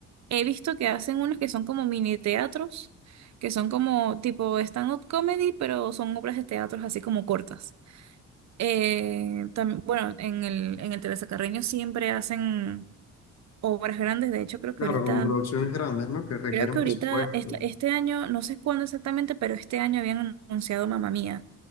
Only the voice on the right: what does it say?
he visto que hacen unas que son como mini teatros, que son como tipo stand-up comedy, pero son obras de teatro así como cortas. Eh, tam- bueno, en el, en el Teresa Carreño siempre hacen obras grandes, de hecho creo
que ahorita
Creo que ahorita,
este, este año, no sé cuándo exactamente, pero este año habían anunciado Mamá Mía.